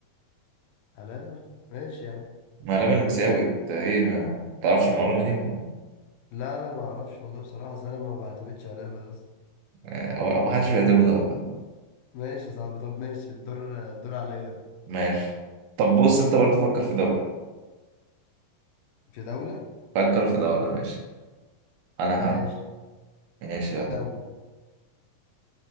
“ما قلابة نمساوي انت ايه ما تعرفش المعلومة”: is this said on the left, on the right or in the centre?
Right